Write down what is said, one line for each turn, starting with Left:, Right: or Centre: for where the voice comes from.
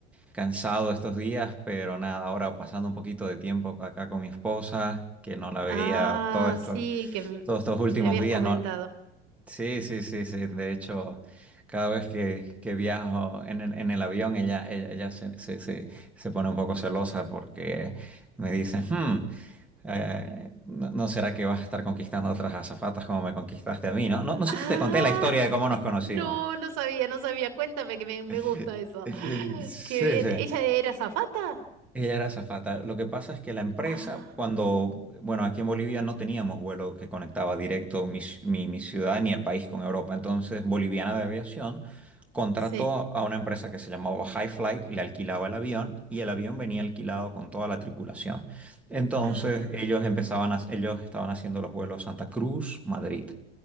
Centre: cansado estos días, pero nada, ahora pasando un poquito de tiempo acá con mi esposa, que no la veía
Right: Ah,
Centre: todos estos,
Right: sí, que m-
Centre: todos estos últimos
Right: me habías
Centre: días,
Right: comentado.
Centre: ¿no? Sí, sí, sí, sí. De hecho, cada vez que, que viajo en el, en el avión, ella, ella, ella se, se, se, se pone un poco celosa porque me dice, "Hmm, Eh, no, no será que vas a estar conquistando a otras azafatas como me conquistaste a mí, ¿no? No, no sé
Right: Ah,
Centre: si te conté la historia de cómo nos
Right: <laughs>
Centre: conocimos.
Right: no, no sabía, no sabía. Cuéntame que me, me
Centre: <laughs>
Right: gusta eso.
Centre: Sí,
Right: Qué bien.
Centre: sí.
Right: ¿Ella era azafata?
Centre: Ella era azafata. Lo que pasa es que la empresa,
Right: Ah,
Centre: cuando, bueno, aquí en Bolivia no teníamos vuelo que conectaba directo mi, ci- mi- mi ciudad ni el país con Europa. Entonces, Boliviana de Aviación contrató
Right: sí.
Centre: a una empresa que se llamaba High Flight, le alquilaba el avión y el avión venía alquilado con toda la tripulación. Entonces,
Right: Ah,
Centre: ellos empezaban a- ellos estaban haciendo los vuelos Santa Cruz, Madrid.